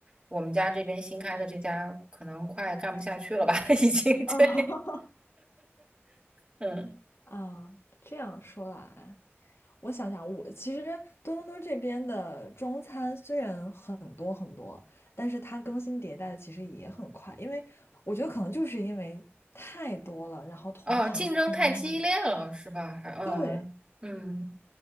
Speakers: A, on the right; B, on the left.
A: 我们家这边新开的这家可能快干不下去了吧，<laughs> 已经。
B: 哦
A: 对，嗯，
B: <laughs> 啊，这样说来。我想想，我其实多伦多这边的中餐虽然很多很多，但是它更新迭代的其实也很快，因为我觉得可能就是因为太多了，然后同行竞争压力。
A: 哦，竞争太激烈了，是吧？还，嗯嗯。
B: 对，